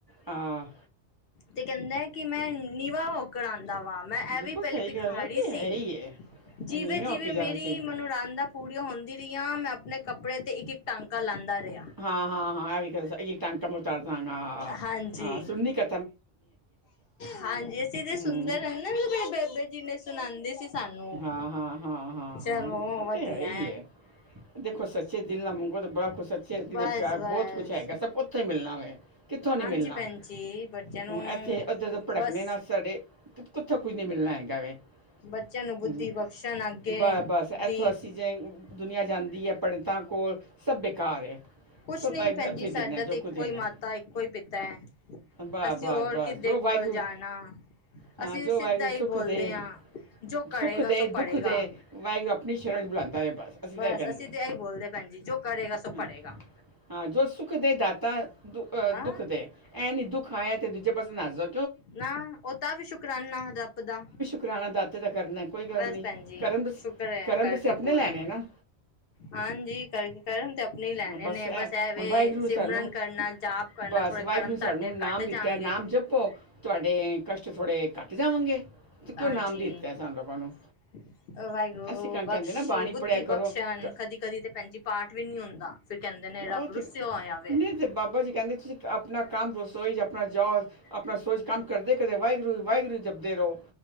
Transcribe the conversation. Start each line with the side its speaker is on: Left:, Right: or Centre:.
Right: ਆ
Left: ਤੇ ਕੈਂਦਾ ਏ ਕਿ ਮੈਂ ਨੀਵਾਂ ਹੋ ਕਰ ਆਂਦਾ ਵਾਂ, ਮੈਂ
Right: ਬਿਲਕੁਲ
Left: ਐਵੇਂ ਈ ਪੈਲੇ
Right: ਸਹੀ
Left: ਭਿਖਾਰੀ
Right: ਗੱਲ ਹੈ ਉਹ ਤੇ
Left: ਸੀ।
Right: ਹੈ ਹੀ ਹੈ
Left: ਜਿਵੇ,
Right: ਨੀਵੇਂ
Left: ਜਿਵੇ
Right: ਹੋ ਕੇ
Left: ਮੇਰੀ
Right: ਜਾਣਾ ਚਾਹੀਦਾ
Left: ਲੋੜਾਂਦਾ ਪੂਰੀਆ ਹੋਂਦੀ ਰੀਆ, ਮੈ ਆਪਨੇ ਕੱਪੜੇ ਤੇ ਇੱਕ -ਇੱਕ ਟਾਂਕਾ ਲਾਂਦਾ ਰੇ
Right: ਹਾਂ, ਹਾਂ, ਹਾਂ ਐਵੀ ਈ ਟਾਂਕੰ <unintelligible> ਮਤਾਰਦਾ ਹਗਾ ਹਾਂ
Left: ਹਾਂਜੀ,
Right: ਹ ਸੁਨੀ ਕ
Left: ਹਾਂਜੀ ਅਸੀ ਤੇ
Right: ਹੂੰ
Left: ਸੁਨਦੇ ਰੈਨੇ ਮੇ ਬੇਬੇ ਜੀ ਨੇ ਸੁਨਾਂਦੇ ਸੀ ਸਾਨੂੰ।
Right: ਹਾਂ, ਹਾਂ, ਹਾਂ, ਹਾਂ,
Left: ਚਲੋ
Right: ਹਾਂ ਓ
Left: ਵਧੀਆ
Right: ਤੇ ਹੈ ਈ ਐ। ਦੇਖੋ ਸੱਚੇ ਦਿਲ ਨਾ ਮੰਗੋ ਤੇ ਬੜਾ ਕੁਛ ਸੱਚੇ ਜਿਵੇ
Left: ਬਸ-ਬਸ।
Right: ਪਿਆਰ ਬੌਤ ਕੁਛ ਹੈਗਾ ਸਬ ਕੋ ਉੱਥੇ ਈ ਮਿਲਣਾ ਵੇ। ਕਿਥੋ ਨੀ
Left: ਹਾਂਜੀ
Right: ਮਿਲਨਾ
Left: ਭੈਣ ਜੀ ਬੱਚਿਆਂ ਨੂੰ
Right: ਹੁ ਐਥੇ ਅਦਰ ਭੜਕਣੇ
Left: ਬਸ
Right: ਨਾ ਸਾਡੇ ਕਿੱਥੋਂ ਕੁਝ ਨੀ ਮਿਲਨਾ ਹੈਗਾ ਵੈ।
Left: ਬੱਚਿਆਂ ਨੂੰ, ਬੁੱਧੀ
Right: ਠੀਕ
Left: ਬਖਸ਼ਣ
Right: ਹੈ,
Left: ਅੱਗੇ
Right: ਬਸ, ਬਸ ਇੱਥੋਂ
Left: ਦੀ
Right: ਅਸੀ ਜਾਈ ਦੁਨੀਆਂ ਜਾਂਦੀ ਹੈ ਪੰਡਤਾਂ ਕੋਲ। ਸਭ ਬੇਕਾਰ ਏ,
Left: ਕੁਛ
Right: ਸਭ
Left: ਨਹੀਂ
Right: ਵਾਹਿਗੁਰੂ
Left: ਭੈਣ
Right: ਇਥੋ
Left: ਜੀ ਸਾਡਾ
Right: ਦੇਣਾ, ਜੋ
Left: ਤੇ ਇੱਕੋ
Right: ਕੁਝ ਦੇਣਾ।
Left: ਹੀ ਮਾਤਾ ਇੱਕੋ ਹੀ ਪਿਤਾ ਐ।
Right: ਵਾਹ-
Left: ਅਸੀਂ
Right: ਵਾਹ-
Left: ਹੋਰ
Right: ਵਾਹ
Left: ਕਿਦੇ
Right: ਜੋ
Left: ਕੋਲ
Right: ਵਾਹਿਗੁਰੂ
Left: ਜਾਣਾ
Right: ਹਾਂ
Left: ਅਸੀਂ
Right: ਜੋ
Left: ਸਿੱਧਾ
Right: ਵਾਹਿਗੁਰੂ
Left: ਹੀ
Right: ਸੁੱਖ
Left: ਬੋਲਦੇ
Right: ਦੇ,
Left: ਹਾਂ ਜੋ
Right: ਸੁੱਖ
Left: ਕਰੇਗਾ
Right: ਦੇ
Left: ਸੋ
Right: ਦੁੱਖ
Left: ਪੜ੍ਹੇਗਾ
Right: ਦੇ ਵਾਹਿਗੁਰੂ ਆਪਣੀ ਸ਼ਰਨ 'ਚ ਬੁਲਾਂਦਾ ਰਿਹਾ ਬਸ
Left: ਬਸ
Right: ਤਾਂ ਇਹ ਕਹਿੰਦੇ
Left: ਅਸੀਂ ਤਾਂ ਐਹੀ ਬੋਲਦੇ ਭੈਣਜੀ, ਜੋ ਕਰੇਗਾ ਸੋ
Right: ਹਾਂ।
Left: ਭਰੇਗਾ
Right: ਹਾਂ ਜੋ ਸੁੱਖ ਦੇ ਦਾਤਾ ਦੁ
Left: ਹਾਂ
Right: ਦੁੱਖ ਦੇ ਐ ਨੀ ਦੁਖ ਆਇਆ ਤੇ ਦੂਜੇ ਪਾਸੇ ਨਾਜ਼ੋ
Left: ਨਾ ਓਦਾ ਵੀ ਸ਼ੁਕਰਾਨਾ ਰੱਬ ਦਾ
Right: ਕਰਾਣਾ ਦਾਤਾ ਦਾ ਕਰਨਾ ਕੋਈ ਗੱਲ
Left: ਬਸ
Right: ਨਹੀਂ,
Left: ਭੈਣ ਜੀ
Right: ਕਰਮ ਤੁਸੀ,
Left: ਸ਼ੁਕਰ ਹੈ
Right: ਕਰਮ
Left: ਕਰਕੇ
Right: ਤੁਸੀਂ ਆਪਣੇ
Left: ਬੋਲ
Right: ਲੈਣੇ ਨਾ
Left: ਹਾਂਜੀ ਕਰ, ਕਰਮ ਤੇ ਆਪਣੇ ਹੀ ਲੈਣੇ
Right: ਹਾਂ,
Left: ਨੇ
Right: ਐ
Left: ਬਸ ਐਵੇਂ
Right: ਹੁਣ ਵਾਹਿਗੁਰੂ
Left: ਸਿਮਰਨ
Right: ਸਾਨੂੰ
Left: ਕਰਨਾ ਜਾਪ ਕਰਨਾ
Right: ਬਸ
Left: ਥੋੜੇ
Right: ਵਾਹਿਗੁਰੂ
Left: ਕਰਮ ਸਾਡੇ
Right: ਸਾਨੂੰ ਨਾਮ
Left: ਕੱਟ ਜਾਣਗੇ
Right: ਦਿੱਤਾ, ਨਾਮ ਜਪ ਭੋਂ ਤਾਡੇ ਕਸ਼ਟ ਥੋੜ੍ਹੇ ਘੱਟ ਜਾਵਾਂਗੇ ਤੇ ਕਿਉਂ
Left: ਹਾਂਜੀ
Right: ਇਨਾਮ ਦਿੱਤਾ ਸਾਨੂੰ ਲੋਕਾਂ ਨੂੰ
Left: <inaudible> ਵਾਹਿਗੁਰੂ
Right: ਅਸੀਂ ਕਾਂ ਕਹਿੰਦੇ
Left: ਬਖਸ਼ੀ
Right: ਨਾ ਬਾਣੀ
Left: ਬੁੱਧੀ
Right: ਪੜਿਆ ਕਰੋ
Left: ਬਖਸ਼ਣ
Right: ਤ-
Left: ਕਦੀ- ਕਦੀ ਤੇ ਭੈਣਜੀ ਪਾਠ ਵੀ ਨਹੀਂ ਹੁੰਦਾ ਫਿਰ ਕਹਿੰਦੇ ਨੇ ਰੱਬ
Right: ਉਹ
Left: ਰੁੱਸਿਆ
Right: ਤੇ,
Left: ਹੋਇਆ ਵੇ
Right: ਨਹੀਂ ਬਾਬਾ ਜੀ ਕਹਿੰਦੇ ਤੁਸੀਂ ਆਪਣਾ ਕੰਮ ਰਸੋਈ ਆਪਣਾ ਜਾਓ ਆਪਣਾ ਰਸੋਈ 'ਚ ਕੰਮ ਕਰਦੇ- ਕਰਦੇ ਵਾਹਿਗੁਰੂ- ਵਾਹਿਗੁਰੂ ਜਪਦੇ ਰਹੋ